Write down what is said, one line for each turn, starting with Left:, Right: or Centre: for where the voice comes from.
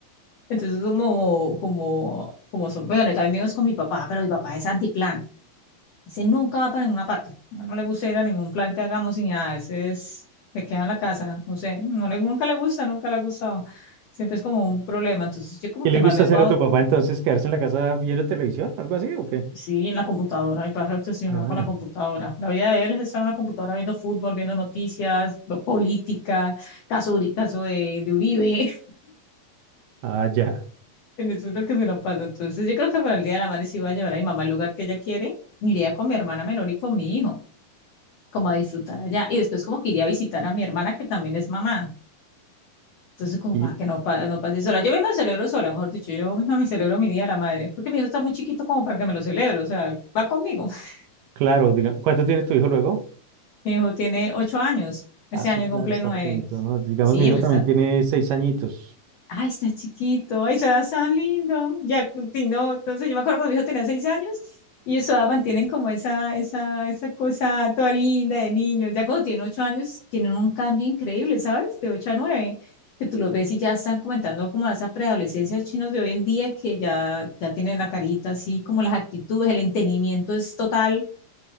Left: Entonces, como, como, como son, bueno, también vivimos con mi papá, pero mi papá es antiplan. Ese nunca va para ninguna parte. No, no le gusta ir a ningún plan que hagamos ni nada. Ese es, se queda en la casa. No sé, no le, nunca le gusta, nunca le ha gustado. Siempre es como un problema. Entonces, yo como
Right: ¿Qué
Left: que
Right: le
Left: más
Right: gusta
Left: bien
Right: hacer
Left: va,
Right: a tu papá entonces? ¿Quedarse en la casa viendo televisión? ¿Algo así o qué?
Left: sí, en la computadora. Mi padre obsesionado
Right: Ah,
Left: con la computadora. La vida de él es estar en la computadora viendo fútbol, viendo noticias, política, caso, Uri- caso de, de Uribe.
Right: ah, ya.
Left: En eso es lo que se la pasa. Entonces, yo creo que para el Día de la Madre sí voy a llevar a mi mamá al lugar que ella quiere. Iría con mi hermana menor y con mi hijo, como a disfrutar allá. Y después como que iría a visitar a mi hermana, que también es mamá. Entonces, como
Right: Y
Left: para que no, pa- no pase sola. Yo me lo celebro sola, mejor dicho. Yo misma me celebro mi Día de la Madre. Porque mi hijo está muy chiquito como para que me lo celebre. O sea, va conmigo. <laughs>
Right: claro, diga, ¿cuánto tiene tu hijo luego?
Left: Mi hijo tiene ocho años. Este
Right: Ah, sí,
Left: año
Right: claro,
Left: cumple
Right: está
Left: nueve.
Right: pequeñito, ¿no? Digamos,
Left: Sí,
Right: mi hijo
Left: él está,
Right: también tiene seis añitos.
Left: Ay, está chiquito, ay, está tan lindo. Ya, y no, entonces yo me acuerdo cuando mi hijo tenía seis años y eso ah, mantienen como esa, esa, esa cosa toda linda de niños. Ya cuando tienen ocho años, tienen un cambio increíble, ¿sabes? De ocho a nueve, que tú los ves y ya están comentando como a esa preadolescencia de los chinos de hoy en día que ya, ya tienen la carita así, como las actitudes, el entendimiento es total.